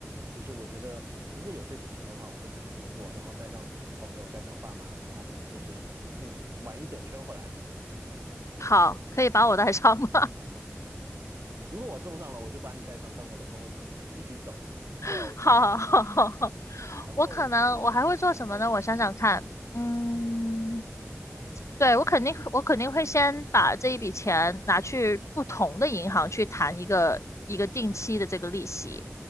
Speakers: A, on the right; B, on the left.
A: 就是我觉得如果有这笔钱的话，我会想要这么做，然后带上朋友，带上爸妈，然后可能就是嗯，玩一整圈回来。
B: 好，可以把我带上吗？
A: 如果我中上了，我就把你带上，当我的朋友走，一起走。
B: <laughs>
A: 对，
B: 好好好好，
A: 然后除了嗯，
B: 我可能我还会做什么呢？
A: 你说
B: 我想想看，嗯，对，我肯定我肯定会先把这一笔钱拿去不同的银行去谈一个一个定期的这个利息，